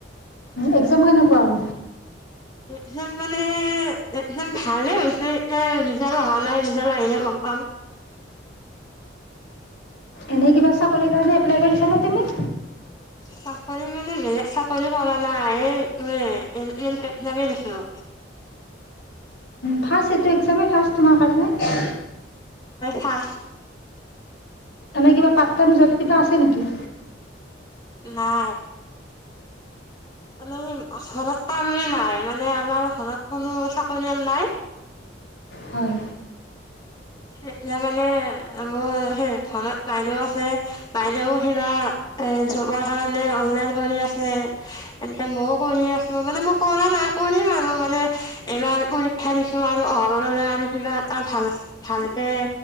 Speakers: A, on the left; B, on the left.
A: একজাম কেনেকুৱা হ'ল
B: একজাম মানে একদম ভালে হৈছে এতিয়া ৰিজাল্ট অহা নাই ৰিজাল্ট আহিলে গম পাম।
A: এনে কিবা চাকৰিৰ কাৰণে এপ্লাই কৰিছানে তুমি।
B: চাকৰি মানে বেলেগ চাকৰি কৰা নাই। এই এইটোৱেই, এনেই সেইবিলাকে দেখিলোঁ।
A: ফাৰ্ষ্ট, এইটো এক্সামে ফাৰ্ষ্ট তোমাৰ কাৰণে?
B: হা।
A: এনে কিবা পাৰ্ট টাইম জব কিবা আছে নেকি?
B: নাই। মানে ঘৰত কাৰোৱেই নাই। মানে আমাৰ ঘৰত কোনো চাকৰিয়াল নাই।
A: হয়।
B: এতিয়া মানে, মোৰ সেই ঘৰত বাইলেও আছে। বাইলেও সি এইবাৰ জবৰ কাৰণে অনলাইন কৰি আছে, এনে মইও কৰি আছোঁ। মানে মই কৰা নাই, কৰিম আৰু মানে ইমান পৰীক্ষা দিছো আৰু। অ ঘৰলে আৰু কিবা এটা ভাল-ভালকে,